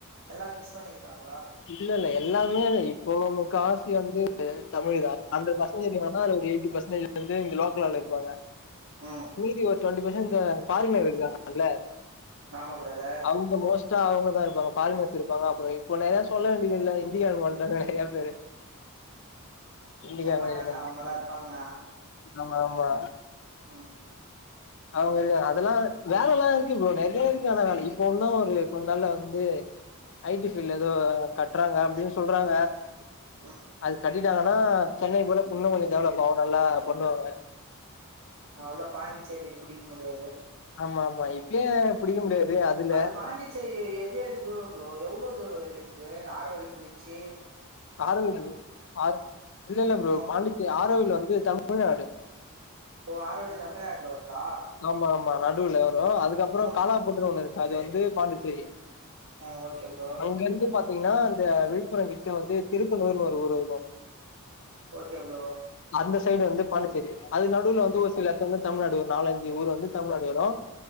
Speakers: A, on the right (about 65°); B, on the left (about 55°).
A: எல்லா மிக்ஸ் பண்ணியிருக்காங்களா
B: இல்லல்ல எல்லாருமே இப்போ உள்ளவனு காசு வந்து ஆ தமிழ் தா ஹண்ட்ரட் பர்சண்டேஜ் வேணா அதுல ஒரு எயிட்டி பெர்சன்டேஜ் வந்து இங்க லோக்கல் ஆளு இருப்பாங்க
A: ம்
B: மீதி ஒரு டொண்ட்டி பர்சென்ட் இந்த ஃபாரின்ல இருக்குறாங்கல்ல
A: ஆமா பிரதர்
B: அவுங் க மோஸ்ட்டா அவுங்க தா இருப்பாங்க ஃபாரினர்ஸ் இருப்பாங்க அப்பற இப்போ நெறைய சொல்ல வேண்டியது இல்ல இந்தியாக் வந்ட்டாங்க நெறைய பேரு
A: அவுங்க
B: இந்திக்காரங்க
A: போ மாட்டாங்க அவுங்கல்லா இருப்பாங்க
B: ஆமா ஆமா
A: ஆ
B: அவுங்க அதெல்லா வேல எல்லா இருக்கு ப்ரோ நெறைய இருக்கு ஆனா வேல இப்போ இன்னு ஒரு கொஞ்ச நாள்ல வந்து ஐடி ஃபீல்ட்ல ஏதோ கட்றாங்க அப்டின்னு சொல்றாங்க
A: ம்
B: அது கட்டிட்டாங்கன்னா சென்னை போல இன்னு கொஞ்ச டெவலப் ஆவு நல்லா பண்ணுவாங்க
A: அவ்ளதா பாண்டிச்சேரி புடிக்க முடியாது
B: ஆமா ஆமா இப்பயே புடிக்க முடியாது அதுல
A: அது பாண்டிச்சேரி எது எது தூரம் ப்ரோ எவ்வளவு தூர வரையு இருக்கு ஆரவல்லி பிரிட்ஜி
B: ஆரவல்லி ஆர் இல்லல்ல ப்ரோ
A: மொத்
B: பாண்டிச்சேரி ஆரவல்லி
A: ம்
B: வந்து தமிழ்நாடு
A: ஓ ஆரவல்லி தமிழ்நாட்ல வருதா
B: ஆமா ஆமா நடுவுல வரு அதுக்கப்ற
A: ஆ
B: காலாபோட்னு ஒண்ணு இருக்கு அது வந்து பாண்டிச்சேரி
A: ஆ ஓகே ப்ரோ
B: அங்கேருந்து பாத்தீங்கன்னா அந்த விழுப்புரம் கிட்ட வந்து திருக்கனூர்னு ஒரு ஊர் இருக்கும்
A: ஓகே ப்ரோ
B: அந்த சைடு வந்து பாண்டிச்சேரி அதுக் நடுவுல வந்து ஒரு சில எடத்துல வந்து தமிழ்நாடு ஒரு நாலஞ்சு ஊர் வந்து தமிழ்நாடு வரு